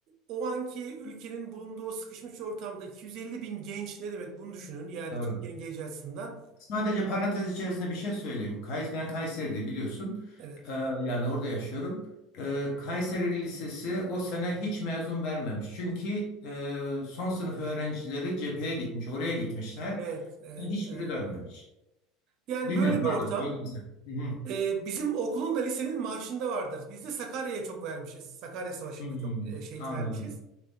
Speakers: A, on the right; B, on the left.
A: o anki ülkenin bulunduğu o sıkışmış ortamda 250 bin genç ne demek bunu düşünün. Yani
B: Doğru.
A: Türkiye'nin geleceği açısından.
B: Sadece parantez içerisinde bir şey söyleyeyim. Kays, ben Kayseri'deyim biliyorsun.
A: Evet,
B: Ee, yani orada yaşıyorum. Ee, Kayseri Lisesi o sene hiç mezun vermemiş. Çünkü e, son sınıf öğrencileri cepheye gitmiş, oraya gitmişler.
A: evet, evet,
B: Hiçbiri
A: evet.
B: dönmemiş.
A: Yani
B: Dinliyorum,
A: böyle bir
B: pardon,
A: ortam
B: böldüm seni. Hı hı.
A: e, bizim okulun da lisenin marşında vardır. Biz de Sakarya'ya çok vermişiz. Sakarya Savaşı'nda
B: Hı hı.
A: çok e, şehit
B: Anladım.
A: vermişiz.